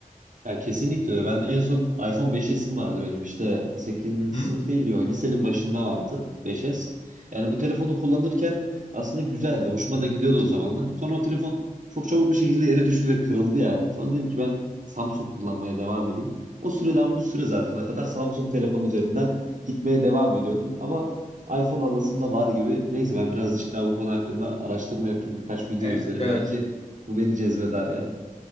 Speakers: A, on the right; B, on the left.
A: Ya kesinlikle öyle. Ben en son iPhone 5S'im vardı benim işte sekizinci
B: Hı
A: sınıf
B: hı.
A: değil diyor. Lisenin başında vardı 5S. Yani bu telefonu kullanırken aslında güzeldi. Hoşuma da gidiyordu o zamanlar. Sonra o telefon çok çabuk bir şekilde yere düştü ve kırıldı yani. Sonra dedim ki ben Samsung kullanmaya devam edeyim. O süreden bu süre zarfına kadar Samsung telefon üzerinden gitmeye devam ediyordum. Ama iPhone alasım da var gibi. Neyse ben birazcık daha bu konu hakkında araştırma yapayım. Birkaç video
B: E,
A: izlerim.
B: e,
A: Belki bu beni cezbeder ya.